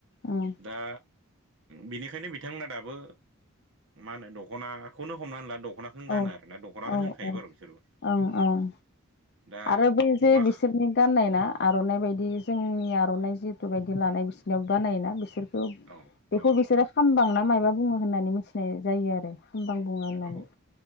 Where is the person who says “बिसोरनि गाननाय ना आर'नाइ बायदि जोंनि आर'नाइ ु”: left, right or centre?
Left